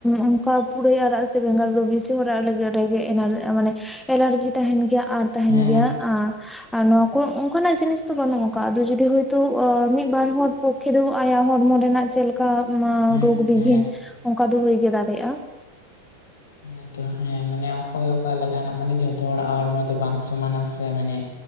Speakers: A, in the centre; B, on the left.
A: ᱚᱱᱠᱟ ᱯᱩᱨᱟᱹᱭ ᱟᱲᱟᱜ ᱥᱮ ᱵᱮᱸᱜᱟᱲᱫᱚ ᱵᱮᱥᱤ ᱦᱚᱲᱟᱜ ᱞᱟᱹᱜᱤᱫ ᱨᱮᱜᱮ ᱮᱱᱟᱨ ᱢᱟᱱᱮ ᱮᱞᱟᱨᱡᱤ ᱛᱟᱦᱮᱱ ᱜᱮᱭᱟ ᱟᱨ ᱛᱟᱦᱮᱱ
B: ᱦᱮᱸ
A: ᱜᱮᱭᱟ᱾
B: ᱦᱮᱸ
A: ᱟ ᱱᱚᱣᱟ ᱠᱚ ᱚᱱᱠᱟᱱᱟᱜ ᱡᱤᱱᱤᱥ ᱫᱚ ᱵᱟᱹᱱᱩᱜ ᱟᱠᱟᱫᱟ ᱟᱫᱚ ᱡᱚᱫᱤ ᱦᱚᱭᱛᱳ ᱢᱤᱫ ᱵᱟᱨ ᱦᱚᱲ ᱯᱚᱠᱠᱷᱮ ᱫᱚ ᱟ ᱦᱚᱲᱢᱚ ᱨᱮᱱᱟᱜ ᱪᱮᱫ ᱞᱮᱠᱟ
B: ᱦᱮᱸ
A: ᱨᱳᱜᱽ ᱵᱤᱜᱷᱤᱱ
B: ᱦᱮᱸ
A: ᱚᱱᱠᱟ ᱫᱚ ᱦᱩᱭᱜᱮ ᱫᱟᱲᱮᱭᱟᱜ-ᱟ᱾
B: ᱦᱮᱸ ᱛᱚ ᱦᱮᱸ ᱢᱟᱱᱮ ᱚᱠᱚᱭ ᱚᱠᱟ ᱞᱮᱠᱟᱱᱟᱜ ᱢᱟᱱᱮ ᱡᱚᱛᱚ ᱦᱚᱲᱟᱜ ᱦᱚᱲᱢᱚ ᱫᱚ ᱵᱟᱝ ᱥᱚᱢᱟᱱᱟᱥᱮ ᱢᱟᱱᱮ᱾